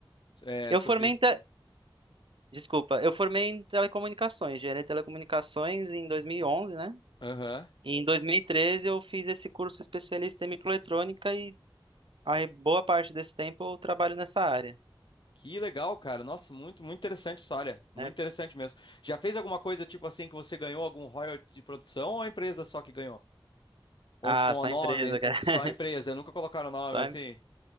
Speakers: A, on the left; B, on the right.
A: é,
B: Eu
A: sobre.
B: formei em te... Desculpa, eu formei em telecomunicações, engenharia de telecomunicações em 2011, né?
A: Aham.
B: E Em 2013 eu fiz esse curso especialista em microeletrônica e a boa parte desse tempo eu trabalho nessa área,
A: Que legal, cara. Nossa, muito, muito interessante a história. Muito
B: né?
A: interessante mesmo. Já fez alguma coisa tipo assim que você ganhou algum royalty de produção ou a empresa só que ganhou? Ou
B: Ah,
A: tipo
B: só
A: um nome,
B: empresa, cara.
A: só
B: <laughs>
A: a empresa, nunca colocaram nome
B: Só,
A: assim?
B: em-